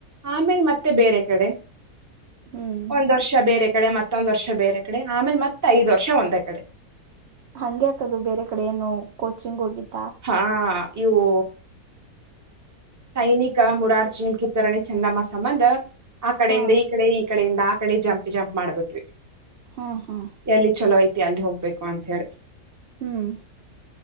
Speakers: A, on the right (about 15°); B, on the right (about 65°).
A: ಆಮೇಲೆ ಮತ್ತೆ ಬೇರೆ ಕಡೆ
B: ಹ್ಮ್
A: ಒಂದ್ ವರ್ಷ ಬೇರೆ ಕಡೆ ಮತ್ತ ಮತ್ತೊಂದ್ ವರ್ಷ ಬೇರೆ ಕಡೆ ಆಮೇಲೆ ಮತ್ತೆ ಐದ್ ವರ್ಷ ಒಂದೇ ಕಡೆ
B: ಹಂಗೆ ಆಕದು ಬೇರೆ ಕಡೆ ಏನು ಕೋಚಿಂಗ್ ಹೋಗಿತ್ತು
A: ಹಾ ಇವು ಸೈನಿಕ ಮುರಾರ್ಜನಕ್ಕೆ ತರಣೆ ಚೆನ್ನಮ್ಮ ಸಂಬಂಧ ಆ ಕಡೆೆಯಿಂದ
B: ಹಾ
A: ಈ ಕಡೆ ಈ ಕಡೆಯಿಂದ ಆ ಕಡೆ ಜಂಪ್ ಜಂಪ್ ಮಾಡ್ಬಿಟ್ವಿ
B: ಹ್ಮ್ ಹ್ಮ್
A: ಎಲ್ಲಿ ಚಲೋ ಆಯ್ತು ಅಲ್ಲಿ ಹೋಗ್ಬೇಕು ಅಂತ ಹೇಳಿ
B: ಹ್ಮ್